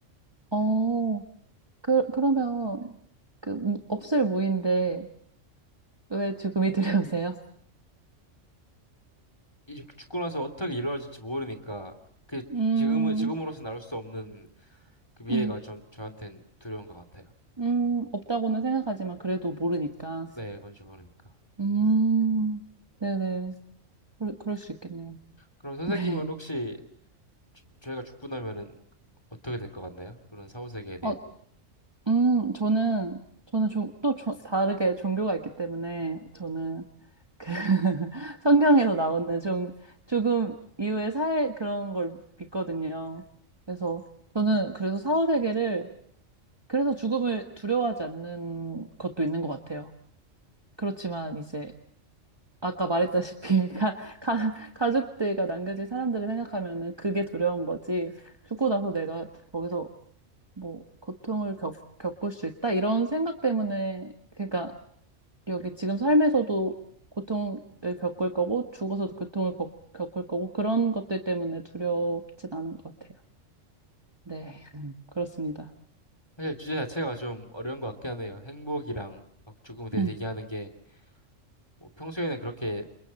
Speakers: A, on the right; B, on the left.
A: 어, 그, 그러면, 그, 무- 없을 무인데, 왜 죽음이 <laughs> 두려우세요?
B: 이제 죽고 나서 어떻게 이루어질지 모르니까 그
A: 음,
B: 지금은 지금으로서 나올 수 없는 그 미래가
A: 음,
B: 좀 저한테는 두려운 것 같아요.
A: 음, 없다고는 생각하지만 그래도 모르니까.
B: 네, 뭔지 모르니까.
A: 음, 네네. 그럴, 그럴 수 있겠네요.
B: 그럼
A: <laughs>
B: 선생님은
A: 네.
B: 혹시 주- 저희가 죽고 나면은 어떻게 될 것 같나요? 그런 사후 세계에 대해서.
A: 어, 음, 저는, 저는 좀, 또 조, 다르게 종교가 있기 때문에, 저는, 그, <laughs> 성경에서 나오는 좀, 조금 이후의 사회 그런 걸 믿거든요. 그래서, 저는 그래서 사후세계를, 그래서 죽음을 두려워하지 않는 것도 있는 것 같아요. 그렇지만, 이제, 아까 말했다시피 <laughs> 가, 가, 가족들과 남겨진 사람들을 생각하면은 그게 두려운 거지. 죽고 나서 내가 거기서 뭐 고통을 겪, 겪을 수 있다 이런 생각 때문에 그러니까 여기 지금 삶에서도 고통을 겪을 거고 죽어서도 고통을 겪, 겪을 거고 그런 것들 때문에 두렵진 않은 것 같아요. 네, 음, 그렇습니다.
B: 사실 주제 자체가 좀 어려운 것 같긴 하네요. 행복이랑 막 죽음에 대해서
A: 음,
B: 얘기하는 게 뭐 평소에는 그렇게